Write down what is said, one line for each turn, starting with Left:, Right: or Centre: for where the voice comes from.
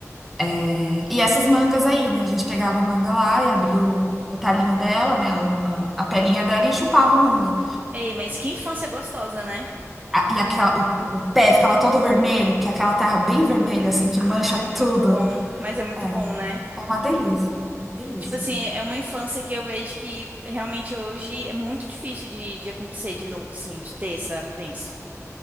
Centre: É, E essas mangas aí, né? A gente pegava a manga lá e abria o, o talinho dela, né? o- a, a pelinha dela e chupava a manga.
Right: Ei, mas que infância gostosa, né?
Centre: A- E aquela, o, o pé ficava todo vermelho, porque é aquela terra bem vermelha, assim, que
Right: Ai,
Centre: mancha
Right: muito
Centre: tudo.
Right: bom. Mas é muito
Centre: É,
Right: bom, né?
Centre: É uma delícia, uma delícia.
Right: Tipo assim, é uma infância que eu vejo que realmente hoje é muito difícil de, de acontecer de novo, assim, de ter essa vivência.